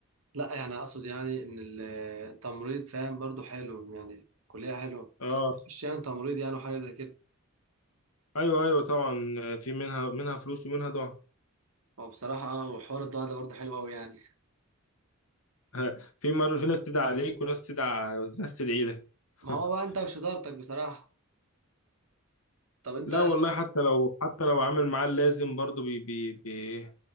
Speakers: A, on the right; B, on the left.
A: لا يعني اقصد يعني ان التمريض فاهم برضه حلو يعني كلية حلوة
B: أه
A: انك تخش يعني تمريض يعني وحاجة زي كده
B: أيوه أيوه طبعا آه، في منها منها فلوس ومنها دعاء
A: هو بصراحة اه وحوار الضوء ده برضه حلو قوي يعني
B: <laughs> ها، في مرة في ناس تدعي عليك وناس تدعي ناس تدعي لك <laughs>
A: ما هو بقى انت وشطارتك بصراحة طب انت
B: لا والله حتى لو حتى لو عامل معاه اللازم برضه بي بي بي